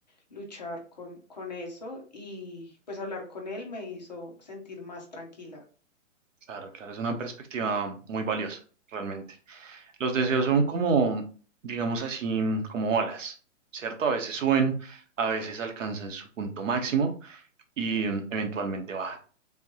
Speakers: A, on the left; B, on the right.
A: luchar con, con eso y pues hablar con él me hizo sentir más tranquila.
B: claro, claro. Es una perspectiva muy valiosa, realmente. Los deseos son como, digamos así, mm, como olas, ¿cierto? A veces suben, a veces alcanzan su punto máximo y mm, eventualmente bajan.